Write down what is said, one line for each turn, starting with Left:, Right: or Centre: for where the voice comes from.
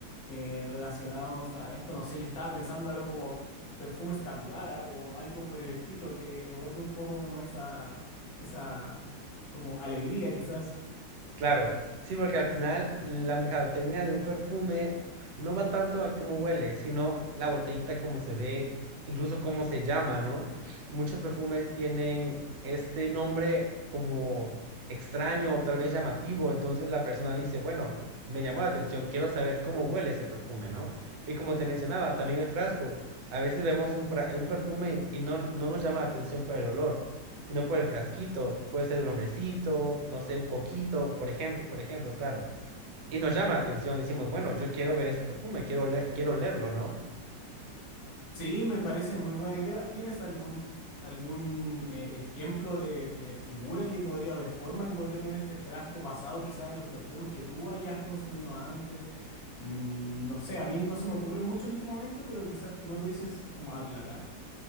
Left: eh, relacionados a esto? No sé, yo estaba pensando algo como perfumes capibara o algo por el estilo que evoque un poco como esa, esa como alegría quizás.
Right: Claro, sí, porque al final la mercadotecnia de un perfume no va tanto a cómo huele, sino la botellita, cómo se ve, incluso cómo se llama, ¿no? Muchos perfumes tienen este nombre como extraño o tal vez llamativo, entonces la persona dice, bueno, me llamó la atención, quiero saber cómo huele ese perfume, ¿no? Y como te mencionaba, también el frasco, a veces vemos un, fra- un perfume y no, no nos llama la atención por el olor, sino por el frasquito. Puede ser un hombrecito, no sé, un coquito, por ejemplo, por ejemplo, claro. Y nos llama la atención, decimos, bueno, yo quiero ver ese perfume, quiero, oler- quiero olerlo, ¿no?
Left: Sí, me parece muy buena idea. ¿Tienes algún, algún eh, ejemplo de, de figura que podría o de forma que podría tener este frasco basado quizás en los perfumes que tú hayas consumido antes? Mm, no sé, a mí no se me ocurre mucho en este momento, pero quizás tú me pudieses como aclarar.